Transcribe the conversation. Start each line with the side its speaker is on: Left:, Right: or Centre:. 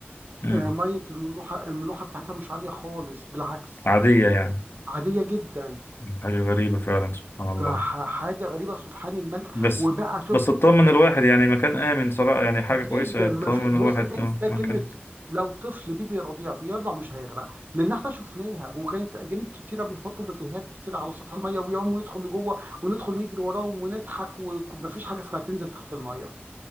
Left: مم.
Right: آه، ميه الملوحه الملوحه بتاعتها مش عاليه خالص بالعكس
Left: عادية يعني
Right: عاديه جدا
Left: حاجة غريبة فعلا سبحان الله
Right: فحاجه غريبه سبحان الملك
Left: بس
Right: وبقى
Left: بس تطمن الواحد يعني مكان آمن صراحة يعني حاجة كويسة
Right: جدا
Left: تطمن
Right: ما في بص
Left: الواحد
Right: انسى
Left: آه، مكان
Right: كلمه لو طفل بيبي رضيع بيرضع مش هيغرق لان احنا شفناها وكانت اجانب كتيره بيحطوا بيبيهات كتيره على سطح الميه ويقوموا يدخل لجوه وندخل نجري وراهم ونضحك ومفيش حاجه اسمها تنزل تحت الميه